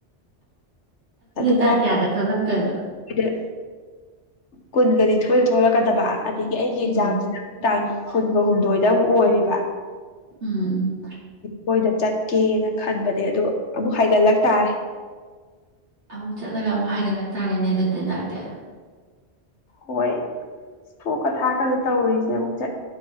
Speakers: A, on the left; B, on the right.
A: ꯑꯗꯨ
B: ꯇꯥꯡ ꯀꯌꯥꯗ ꯊꯣꯛꯂꯛꯇꯣꯏꯅꯣ
A: ꯔ ꯀꯨꯟꯒ ꯅꯤꯊꫭꯏꯗ ꯊꯣꯛꯂꯛꯀꯗꯕ ꯑꯗꯒꯤ ꯑꯩꯒꯤ
B: ꯎꯝ
A: ꯑꯦꯛꯖꯥꯝꯁꯤꯅ ꯅꯨꯡꯗꯥꯡ ꯀꯨꯟꯒ ꯍꯨꯝꯗꯣꯏꯗ ꯑꯃꯨꯛ ꯑꯣꯏꯔꯤꯕ
B: ꯎꯝ
A: ꯃꯣꯏꯗ ꯆꯠꯀꯦꯅ ꯈꯟꯕꯅꯦ ꯑꯗꯨ ꯑꯃꯨꯛ ꯍꯥꯏꯒꯠꯂꯛꯇꯥꯥꯔꯦ
B: ꯑꯃꯨꯛ ꯆꯠꯂꯒ ꯑꯃꯨꯛ ꯍꯥꯏꯒꯠꯂꯛ ꯇꯥꯔꯦꯅꯦ ꯑꯗꯨꯗꯤ ꯅꯪꯗꯤ
A: ꯍꯣꯏ ꯊꯣꯛꯀ ꯊꯥꯛꯀꯗꯤ ꯇꯧꯔꯔꯤꯁꯦ ꯑꯃꯨꯛ